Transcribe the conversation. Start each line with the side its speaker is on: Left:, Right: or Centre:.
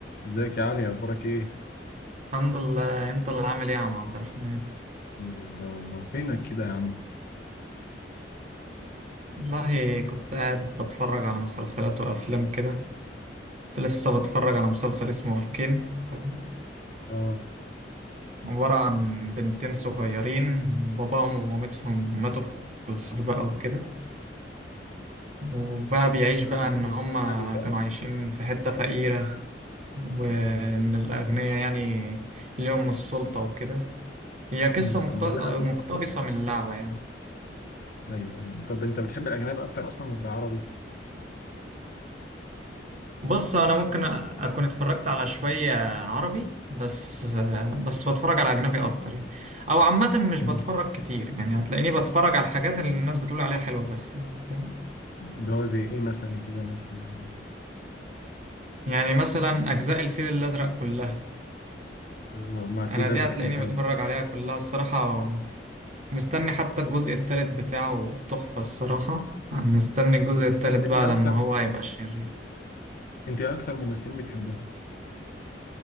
Left: ازيك يا علي اخبارك ايه
Right: الحمد لله انت اللي عامل ايه يا عم عبد الرحمن
Left: الحمد لله والله فينك كده يا عم
Right: والله كنت قاعد بتفرج على مسلسلات وافلام كده كنت لسه بتفرج على مسلسل اسمه اركين فاهم
Left: اه
Right: عبارة عن بنتين صغيرين باباهم ومامتهم ماتوا في الحرب بقى وكده وبقى
Left: بتحب
Right: بيعيش
Left: الأجن-
Right: بقى ان هما
Left: الأجنبي صح؟
Right: كانوا عايشين في حتة فقيرة وان الاغنياء يعني ليهم السلطة وكده هي قصة
Left: إيه.
Right: مقت-
Left: طب ما دي
Right: مقتبسة
Left: حقيقة
Right: من اللعبة يعني
Left: ايوه ايوه طب انت بتحب الاجنبي اكتر اصلا ولا العربي
Right: بص انا ممكن اكون اتفرجت على شوية عربي بس بس بتفرج على اجنبي اكتر يعني او عامة مش
Left: مم.
Right: بتفرج كتير يعني هتلاقيني بتفرج على الحاجات اللي الناس بتقول عليها حلوة بس يعني فاهم
Left: اللي هو زي ايه مثلا كده مثلا
Right: يعني مثلا اجزاء الفيل الازرق كلها
Left: آه مع الفيل
Right: انا
Left: الازرق
Right: دي هتلاقيني
Left: كان حلو
Right: متفرج عليها كلها الصراحة مستني حتى الجزء التالت بتاعه تحفة الصراحة أنا مستني الجزء
Left: أنت
Right: التالت
Left: أنت إيه
Right: بقى لما
Left: أكتر؟
Right: هو هيبقى شرير
Left: انت ايه اكتر ممثلين بتحبهم